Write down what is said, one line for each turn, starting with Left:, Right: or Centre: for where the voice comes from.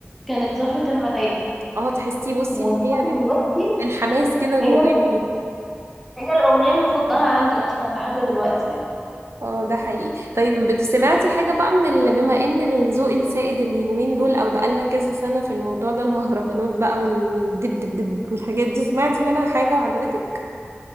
Centre: كانت زهره المدائن
Right: اه تحسي بصي
Centre: ولحد
Right: ان هي
Centre: دلوقتي
Right: الحماس كده جواكي
Centre: هي هي الاغنيه المفضله عندي اصلا لحد دلوقتي يعني
Right: اه ده حقيقي طيب بت- سمعتي حاجة بقى من اللي بما ان الذوق السائد اليومين دول او بقالنا كذا سنة في الموضوع ده المهرجانات بقى والدب دب دب والحاجات دي سمعتي منها حاجة وعجبتك؟